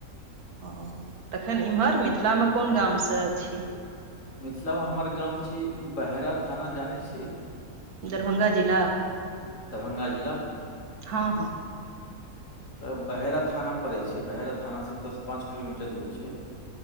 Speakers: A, on the right; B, on the left.
A: ओ तखैन इम्हर मिथिलामे कोन गामसँ छी
B: मिथिला मे हमर गाम छी बहेरा थाना जानै छियै
A: दरभंगा जिला
B: दरभंगा जिला
A: हँ - हँ
B: तऽ बहेरा थाना पड़ै छै बहेरा थानासँ ओतयसँ पाँच किलो मीटर दूर छै।